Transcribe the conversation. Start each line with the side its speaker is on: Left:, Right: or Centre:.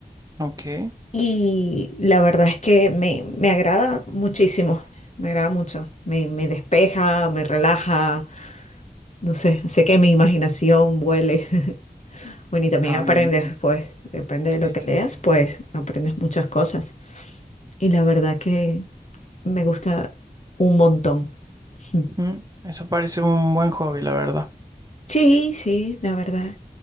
Right: Ok.
Left: Y la verdad es que me, me agrada muchísimo, me agrada mucho, me, me despeja, me relaja, no sé, sé que mi imaginación vuele. <laughs> Bueno, y también
Right: Ah,
Left: aprendes,
Right: bien, bien.
Left: pues, depende de
Right: Sí,
Left: lo que
Right: sí,
Left: leas,
Right: sí.
Left: pues aprendes muchas cosas. Y la verdad que me gusta un montón. <laughs> Mm.
Right: Mm, Eso parece un buen hobby, la verdad.
Left: Sí, sí, la verdad.